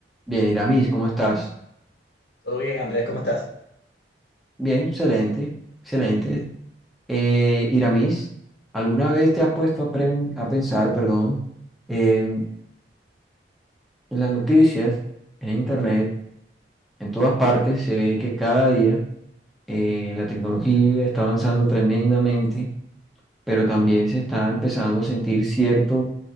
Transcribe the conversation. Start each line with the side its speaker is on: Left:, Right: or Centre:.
Centre: Bien, Iramis, ¿cómo estás?
Left: Todo bien, Andrés, ¿cómo estás?
Centre: Bien, excelente, excelente. Eh, Iramis, ¿alguna vez te has puesto a, pregun- a pensar, perdón, eh, en las noticias, en internet, en todas partes se ve que cada día eh, la tecnología está avanzando tremendamente, pero también se está empezando a sentir cierta